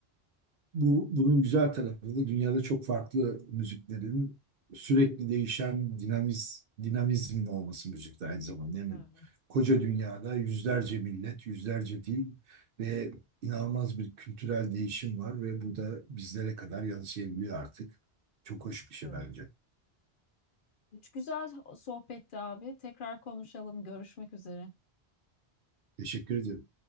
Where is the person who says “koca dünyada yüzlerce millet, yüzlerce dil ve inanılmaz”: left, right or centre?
Right